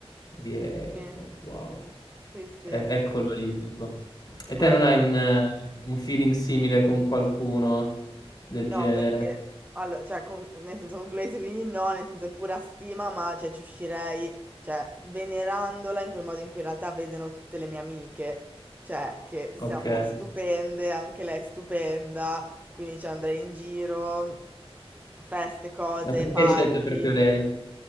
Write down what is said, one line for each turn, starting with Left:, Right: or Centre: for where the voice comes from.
Left: e dire
Right: sì,
Left: "Oh, wow.
Right: sì, sì,
Left: E eccolo lì, tipo. E
Right: bello.
Left: te non hai un eh, un feeling simile con qualcuno del
Right: No,
Left: genere?
Right: perché, allora, cioè, con- nel senso, con Glace Vini no, nel senso è pura stima, ma, cioè, ci uscirei, cioè, venerandola in quel modo in cui in realtà vedono tutte le mie amiche, cioè, che siamo
Left: Okay.
Right: stupende, anche lei è stupenda, quindi, cioè, andrei in giro, feste, cose,
Left: Ma perché
Right: party.
Left: hai scelto proprio lei?